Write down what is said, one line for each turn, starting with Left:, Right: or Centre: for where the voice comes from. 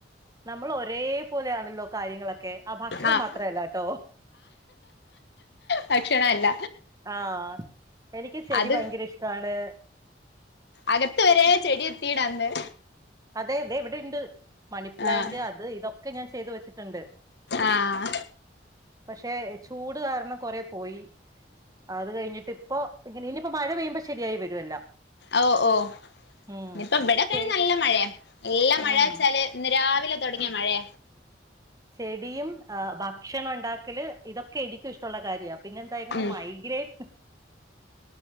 Right: നമ്മൾ ഒരേ പോലെയാണല്ലോ കാര്യങ്ങളൊ കെ ആ ഭക്ഷണം
Left: ആഹ്
Right: മാത്രല്ല കേട്ടോ
Left: ഭക്ഷണം അല്ല
Right: ആഹ എനിക്ക് ചെടി
Left: അത്
Right: ഭയങ്കര ഇഷ്ടാണ്
Left: അകത്ത് വരെ ചെടി എത്തിടാന്ന്
Right: അതെ അതെ ഇവിടെ ഉണ്ട് മണിപ്ലാന്റ്
Left: ആഹ്
Right: അത് ഇതൊക്കെ ഞാൻ ചെയ്തു വെച്ചിട്ടുണ്ട്
Left: ആഹ
Right: പക്ഷേ ചൂട് കാരണം കൊറെ പോയി അത് കഴിഞ്ഞിട്ട ഇപ്പോ ഇന ഇനിപ്പോ മഴ പെയ്യുമ്പോ ശരിയായി വരും എല്ലാം
Left: ഓ ഓ
Right: ഉം
Left: ഇനിയിപ്പൊ ഇവിടെ
Right: ചെ
Left: കഴി നല്ല മഴയാ നല്ലാ മഴ
Right: ഉം
Left: വെച്ചാല് ഇന്ന് രാവിലെ തുടങ്ങിയ മഴയ
Right: ചെടിയും ഭക്ഷണം ഉണ്ടാക്കല് ഇതൊക്കെ എനിക്കും ഇഷ്ടമുള്ള കാര്യമാണ് പിന്നെന്തായിരുന്നു
Left: ഉം
Right: മൈഗ്രേൻ